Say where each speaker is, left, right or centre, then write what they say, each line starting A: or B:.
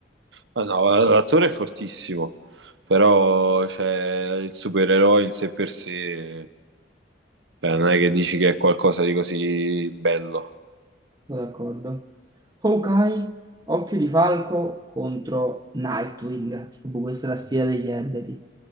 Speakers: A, on the right; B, on the right.
A: ah, no, l'attore è fortissimo, però cioè, il supereroe in sé per sé Cioè, non è che dici che è qualcosa di così bello.
B: Sono d'accordo. Hawkeye, Occhio di Falco contro Nightwing. Proprio Questa è la sfida degli ebeti.